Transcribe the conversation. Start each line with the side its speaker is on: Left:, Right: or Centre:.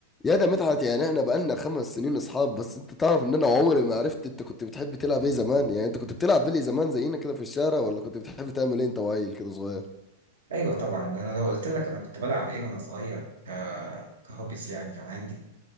Left: يا ده مدحت يعني احنا بقالنا خمس سنين اصحاب بس انت تعرف ان انا عمري ما عرفت انت كنت بتحب تلعب ايه زمان يعني انت كنت بتلعب بلي زمان زينا كده في الشارع ولا كنت بتحب تعمل ايه انت وعيل كده صغير
Right: ايوه طبعا ده انا لو قلت لك انا كنت بلعب ايه وانا صغير ك... كهوبيس يعني كان عندي